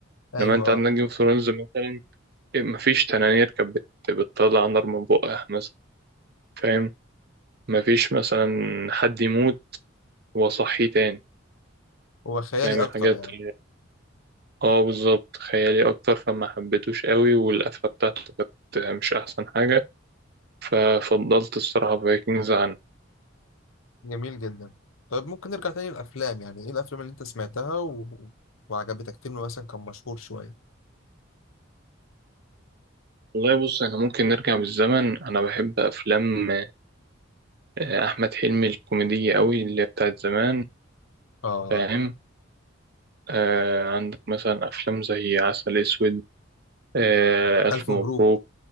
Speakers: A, on the left; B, on the right.
A: ايوه
B: لما انت عندك
A: آه،
B: جيم اوف ثرونز مثلا مفيش تنانير كانت بت- بتطلع نار من بقها مثلا فاهم مفيش مثلا حد يموت وأصحيه تاني
A: هو خيالي
B: فاهم الحاجات
A: اكتر يعني
B: اللي- اه بالظبط خيالي أكتر فما حبيتوش قوي والقفلة بتاعته كانت مش أحسن حاجة ففضلت الصراحة فايكنجز عنه
A: جميل جدا طيب ممكن نرجع تاني للأفلام يعني إيه الأفلام اللي أنت سمعتها و... وعجبتك فيلم مثلا كان مشهور شوية
B: والله بص أنا ممكن نرجع بالزمن أنا بحب أفلام آه، أحمد حلمي الكوميدية قوي اللي هي بتاعت زمان
A: آه
B: فاهم آه عندك مثلا أفلام زي عسل أسود آه ألف
A: ألف
B: مبروك
A: مبروك